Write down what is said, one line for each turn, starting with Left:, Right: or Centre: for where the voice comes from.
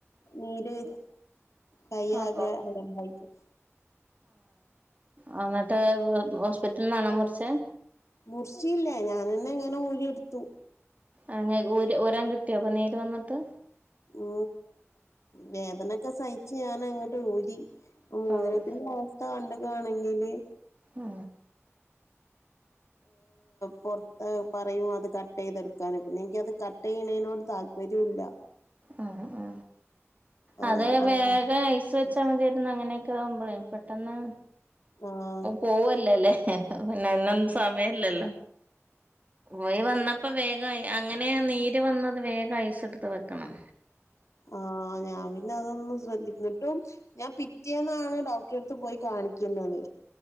Left: നീര് കൈയ്യാകെ
Right: ഓ ഓ
Left: അലമ്പായിക്കണ്
Right: ആ എന്നിട്ട് ഹോസ്പിറ്റലിൽ നിന്നാണാ കുറിഛെ
Left: മുറിചീല്ലേ ഞാനന്നെ ഇങ്ങനെ ഊഴിയെടുത്തു
Right: അങ്ങനെ ഊരാൻ കിട്ടിയോ അപ്പോൾ നീര് വന്നിട്ട്
Left: ഉ വേദനൊക്കെ സഹിച്ച ഞാന അങ്ങട്ട് ഊരി <unintelligible>
Right: ഓഹ്
Left: അവസ്ഥ കണ്ടുകണെങ്കില്
Right: മ്ഹ
Left: പുറത്ത് പറയും അത് കട്ട് ചെയ്തെടുക്കും പിന്നെ എനിക്ക അത് കട്ട് ചെയ്യണതിനോട് താല്പര്യം വരല്ല
Right: ഉ ഉ
Left: ആഹ്
Right: അത്
Left: ആഹ്
Right: വേഗം വെച്ചാൽ മതിായിരുന്നു അങ്ങനെയൊക്കെ ആവുമ്പോളേ പെട്ടെന്ന്
Left: ആഹ്
Right: പോവല്ലേല്ലേ ന്നെ എന്നന്ന സാമയല്ലല്ലോ ഓയി വന്നപ്പോ വേഗമയി അങ്ങനെയ നീര് വന്നവേഗം യസെടുത്ത് വെക്കണം
Left: ആ ഞാൻ പിന്നെ അതൊന്നന്ന് ശ്രദ്ധിക്കുന്നിട്ടും ഞാൻ പിറ്റേന്നാണ് ഡോക്ടറെ അടുത്ത് പോയി കാണിക്കുന്നത്